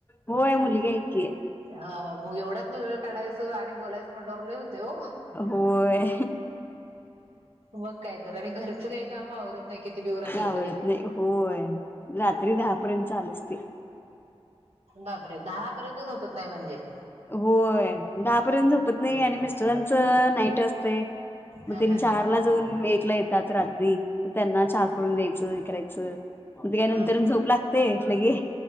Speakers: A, on the left (about 20°); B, on the right (about 75°).
A: होय मुलगी आहे की.
B: ह मग एवढ्यात ना वेळ काढायचआणि बोलायच म्हटलं लय होते ओ.
A: होय
B: मग काय तर आणि घर सगळे काम आवरत नाही, कितीबी ऊराखल
A: आवडत
B: तरी
A: नाही होय रात्री दहापर्यंत चालु असते.
B: बापरे दहापर्यंत झोपत नाही म्हणजे.
A: होय दहापर्यंत झोपत नाही आणि मिस्टरांच नाईट असते. मग
B: हा
A: त्यांनी
B: हा
A: चारला
B: हा
A: जाऊन एकला येतातात रात्री मग त्यांना चहा करून द्यायच हे करायच. मग त्या
B: हा
A: नंतर झोप लागते लगे